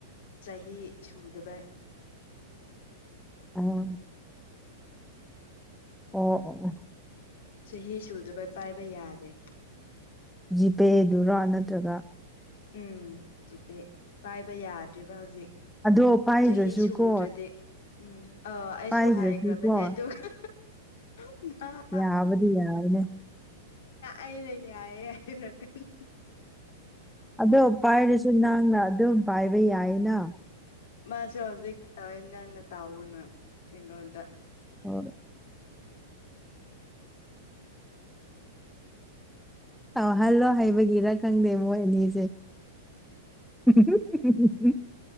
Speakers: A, on the left (about 65°); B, in the centre.
A: ꯆꯍꯤ ꯁꯨꯗꯕꯩ
B: ꯑꯣ ꯑꯣ ꯑꯣ
A: ꯆꯍꯤ ꯁꯨꯗꯕ ꯄꯥꯏꯕ ꯌꯥꯗꯦ
B: ꯖꯤꯄꯦꯗꯨꯔꯥ ꯅꯠꯇ꯭ꯔꯒ
A: ꯎꯝ ꯖꯤ ꯄꯦ ꯄꯥꯏꯕ ꯌꯥꯗ꯭ꯔꯤꯕ ꯍꯧꯖꯤꯛ
B: ꯑꯗꯣ ꯄꯥꯏꯗ꯭ꯔꯁꯨꯀꯣ
A: ꯆꯍꯤ ꯁꯨꯗ꯭ꯔꯗꯤ ꯎꯝ ꯑꯥ ꯑꯩꯁꯨ
B: ꯄꯥꯏꯗ꯭ꯔꯁꯨꯀꯣ
A: ꯍꯥꯏꯈ꯭ꯔꯕꯅꯦ ꯑꯗꯨꯒ <unintelligible>
B: ꯌꯥꯕꯗꯤ ꯌꯥꯕꯅꯦ
A: ꯑꯩꯅ ꯌꯥꯏꯌꯦ ꯍꯥꯢꯔꯀꯟꯗ
B: ꯑꯗꯣ ꯄꯥꯏꯔꯁꯨ ꯅꯪꯅ ꯑꯗꯨꯝ ꯄꯥꯏꯕ ꯌꯥꯏꯌꯦꯅ
A: ꯃꯥꯁꯨ ꯍꯧꯖꯤꯛ ꯇꯧꯋꯦ ꯅꯪꯅ ꯇꯥꯥꯎꯅ ꯑꯩꯉꯣꯟꯗ
B: ꯑ ꯇꯧꯍꯜꯂꯣ ꯍꯥꯏꯕꯒꯤꯔ ꯈꯪꯗꯦ ꯃꯣꯢ ꯑꯅꯤꯁꯦ <unintelligible>